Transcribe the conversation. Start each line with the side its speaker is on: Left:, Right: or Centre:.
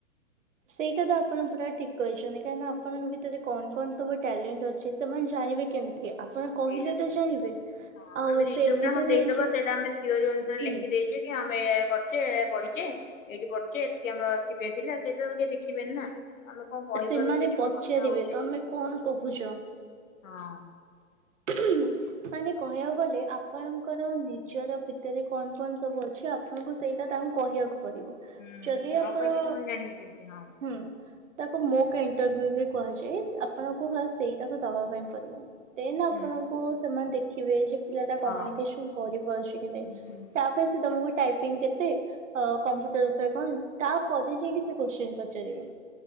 Right: ସେଇଟା ତ ଆପଣ ପୁରା ଟିକ୍ କହିଛନ୍ତି କାହିଁ ନା ଆପଣଙ୍କ ଭିତରେ କଣ କଣ ସବୁ ଟ୍ୟାଲେଣ୍ଟ ଅଛି ସେମାନେ
Left: ହୁଁ
Right: ଜାଣିବେ କେମତି ଆପଣ କହିଲେ
Left: ସେଇଆ
Right: ତ ଜାଣିବେ
Left: ହଁ
Right: ଆଉ
Left: ଆମେ ରିଜୁମ
Right: ସେମିତି
Left: ଟା ହଁ
Right: ନାହିଁ
Left: ଦେଇଦବା
Right: ଯେ
Left: ସେଇଟା ଆମେ ଥିଓରି ଅନୁସାରେ
Right: ହୁଁ
Left: ଲେଖି ଦେଇଚନ୍ତି ଆମେ କରିଚେ ପଢିଚେ ଏଇଠି ପଡୁଛେ ଏତିକି ଆମର ଆସିବେ ଥିଲା ସେଇଟା ତ କିଏ ଦେଖିବେନି ନା? ଆମେ କଣ କହିପାରୁଛେ
Right: ସେମାନେ
Left: କେମତି
Right: ପଚାରିବେ
Left: କଥା ହଉଛେ
Right: ତମେ କଣ କହୁଛ?
Left: ହଁ।
Right: <unintelligible> ମାନେ କହିଆକୁ ଗଲେ ଆପଣଙ୍କର ନିଜର ଭିତରେ କଣ କଣ ସବୁ ଅଛି ଆପ ଆପଣଙ୍କୁ ସେଇଟା ତାଙ୍କୁ କହିବାକୁ ପଡିବ
Left: ହୁଁ
Right: ଯଦି
Left: ନ
Right: ଆପଣ
Left: କହିଲେ ସେମାନେ ଜାଣିବେ କେମିତି ହଁ
Right: ହୁଁ ତାକୁ ମୋକା ଇଣ୍ଟରଭୁ ବି କୁହାଯାଏ ଆପଣଙ୍କୁ ଫାସ ସେଇଟାକୁ ଦବା ପାଇଁ ପଡିବ ଦେନ
Left: ହୁଁ
Right: ଆପଣଙ୍କୁ ସେମାନେ ଦେଖିବେ ଯେ ପିଲା ଟା କମ୍ୟୁନିକେସନ
Left: ହଁ
Right: କରିପାରୁଛି କି ନାଇଁ
Left: ହୁଁ
Right: ତା ସେ ତମକୁ ଟାଇପିଙ୍ଗ କେତେ ଅ କମ୍ପ୍ୟୁଟର ଉପରେ କଣ ତାପରେ ଯାଇକି ସେ କୋଶ୍ଚିନ ପଚାରିବେ।